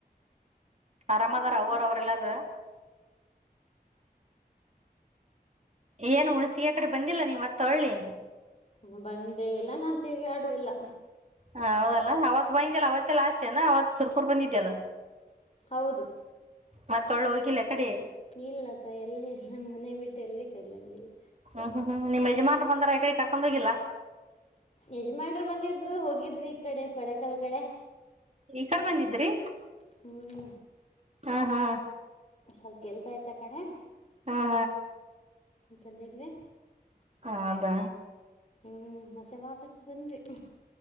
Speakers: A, on the right; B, on the left.
A: ಆರಾಮದಾರ ಅವರ ಅವ್ರಲ್ಲಾರ ಏನು ಹುಣ್ಸಿಗೆ ಕಡೆ ಬಂದಿಲ್ಲ ನೀ ಮತ್ತಳ್ಳಿ
B: ಹ್ಮ ಬಂದೇ ಎಲ್ಲ ನಾನ್ ತಿರುಗಾಡುದಿಲ್ಲ.
A: ಹ ಹೌದಲ್ಲಾ ಅವತ್ ಬೈಂದಿದಲ್ಲ ಅವತ್ತೇ ಲಾಸ್ಟೆನಾ ಅವತ್ ಸುರ್ಕೂರ್ ಬಂದಿದ್ದ್ಯಲ್ಲ.
B: ಹೌದು
A: ಮತ್ತ ಒಳ್ಳು ಹೋಗಿಲ್ಲ ಯಕಡಿ.
B: ಇಲ್ಲಕ್ಕ ಎಲ್ಲಿ ನಮ್ಮ್ ಮನೆ ಬಿಟ್ಟು ಎಲ್ಲಿ ಕದಲಂಗಿಲ್ಲ.
A: ಹ್ಮ್ ಹ್ಮ್ ಹ್ಮ್ ನಿಮ್ಮ್ ಯಜಮಾನ್ರು ಬಂದಾರ ಯ ಕಡೆ ಕಾರ್ಕೊಂಡ್ ಹೋಗಿಲ್ಲಾ.
B: ಯಜಮಾನ್ರು ಬಂದಿದ್ರು ಹೋಗಿದ್ವಿ ಈ ಕಡೆ ಕೊಡೆಕಾಲ್ ಕಡೆ.
A: ಈ ಕಡೆ ಬಂದಿದ್ರಿ.
B: ಹ್ಮ್
A: ಹಾ ಹಾ
B: ಸ್ವಲ್ಪ ಕೆಲ್ಸ ಇತ್ತ್ ಅ ಕಡೆ.
A: ಹಾ
B: ಬಂದಿದ್ವಿ
A: ಹ ಅದಾ.
B: ಹ್ಮ ಮತ್ತೆ ವಾಪಸ್ ಬಂದ್ವಿ.